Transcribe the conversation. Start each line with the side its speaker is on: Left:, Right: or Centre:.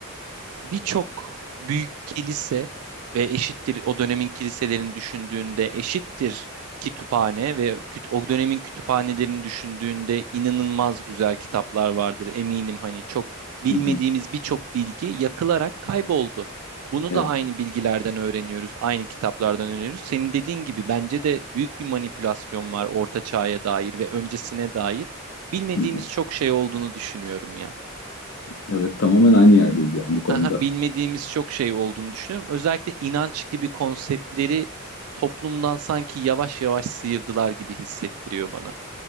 Right: birçok büyük kilise ve eşittir o dönemin kiliselerini düşündüğünde eşittir kütüphane ve küt- o dönemin kütüphanelerini düşündüğünde inanılmaz güzel kitaplar vardır eminim hani çok bilmediğimiz
Left: Hı hı.
Right: birçok bilgi yakılarak kayboldu. Bunu
Left: Evet.
Right: da aynı bilgilerden öğreniyoruz, aynı kitaplardan öğreniyoruz. Senin dediğin gibi bence de büyük bir manipülasyon var Orta Çağ'a dair ve öncesine dair. Bilmediğimiz
Left: Hı hı.
Right: çok şey olduğunu düşünüyorum ya
Left: Evet tamamen aynı yerdeyiz yani bu konuda.
Right: haha, bilmediğimiz çok şey olduğunu düşünüyorum. Özellikle inanç gibi konseptleri toplumdan sanki yavaş yavaş sıyırdılar gibi hissettiriyor bana.